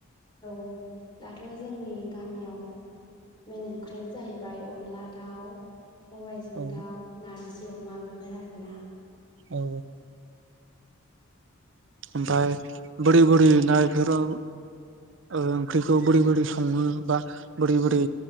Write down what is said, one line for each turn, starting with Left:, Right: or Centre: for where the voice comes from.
Left: औ दाथ जोंनि गामियाव मेन ओंख्रियानो जाहैबाय अनला दाउ सबायजों
Right: औ
Left: दाउ नारजि अमा बेफोर आरोना
Right: औ आमफ्राय बोरि बोरि ना इफोराव ओंख्रिखौ बोरै बोरै सङो बा बोरै बोरै